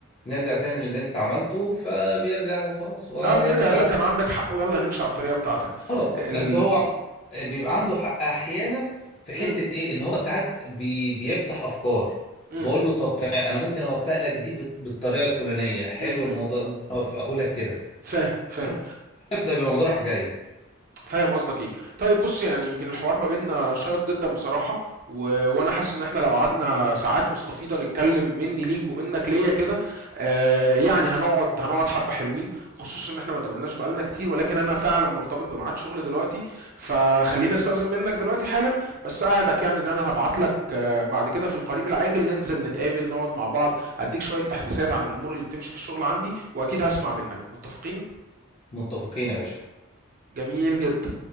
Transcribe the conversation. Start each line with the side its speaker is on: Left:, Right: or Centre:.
Left: نرجع تاني للي انت عملته فبيرجع وخلاص ولا
Right: اه بيرجع يقول لك كان عندك حق ويلا هنمشي على الطريقه بتاعتك
Left: اه
Right: ال
Left: بس هو بيبقى عنده حق احيانا في حته
Right: امم
Left: ايه ان هو ساعات بي بيفتح افكار
Right: امم
Left: بقول له طب تمام انا ممكن اوفق لك دي بال- بالطريقه الفلانيه حلو
Right: امم
Left: الموضوع ممكن اوفقه لك كده
Right: فاهم فاهم
Left: بس ده بيبقى الموضوع رايح جاي
Right: فاهم قصدك ايه طيب بص يعني يمكن الحوار ما بيننا شيق جدا بصراحه و... وانا حاسس ان احنا لو قعدنا ساعات مستفيضه نتكلم مني ليك ومنك ليا كده آه يعني هنقعد هنقعد حبه حلوين خصوصا ان احنا ما اتقابلناش بقالنا كتير ولكن انا فعلا مرتبط بميعاد شغل دلوقتي فخليني استاذن منك دلوقتي حالا بس اقعدك يعني ان انا هبعت لك آه بعد كده في القريب العاجل ننزل نتقابل نقعد مع بعض اديك شويه تحديثات عن الامور اللي بتمشي في الشغل عندي واكيد هسمع منك متفقين
Left: متفقين يا باشا
Right: جميل جدا